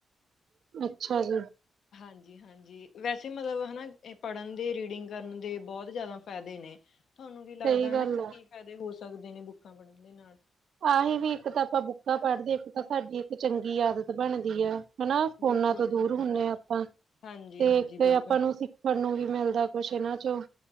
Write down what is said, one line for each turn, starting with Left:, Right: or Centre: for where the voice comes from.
Right: ਅੱਛਾ ਜੀ।
Left: ਹਾਂਜੀ ਹਾਂ। ਹਾਂਜੀ ਵੈਸੇ ਮਤਲਬ ਹਨਾ ਪੜਨ ਦੇ ਰੀਡਿੰਗ ਕਰਨ ਦੇ ਬਹੁਤ ਜਿਆਦਾ ਫਾਇਦੇ ਨੇ। ਤੁਹਾਨੂੰ ਕੀ
Right: ਸਹੀ
Left: ਲੱਗਦਾ
Right: ਗੱਲ
Left: ਹਨਾ ਕਿ
Right: ਆ
Left: ਫਾਇਦੇ ਹੋ ਸਕਦੇ ਨੇ ਬੁੱਕਾਂ ਪੜਨ ਦੇ ਨਾਲ।
Right: ਆਹੀ ਵੀ ਇੱਕ ਤਾਂ ਆਪਾਂ ਬੁੱਕਾਂ ਪੜਦੇ ਇੱਕ ਤਾਂ ਸਾਡੀ ਇੱਕ ਚੰਗੀ ਆਦਤ ਬਣਦੀ ਆ। ਹਨਾ
Left: ਬਿਲਕੁਲ
Right: ਫੋਨਾਂ ਤੋਂ ਦੂਰ
Left: ਬਿਲਕੁਲ
Right: ਹੁੰਦੇ ਹਾਂ ਆਪਾਂ
Left: ਹਾਂਜੀ
Right: ਤੇ
Left: ਹਾਂਜੀ ਬਿਲਕੁਲ
Right: ਆਪਾਂ ਨੂੰ ਸੀ। ਤੁਹਾਨੂੰ ਵੀ ਮਿਲਦਾ ਕੁਛ ਇਹਨਾਂ ਚੋਂ।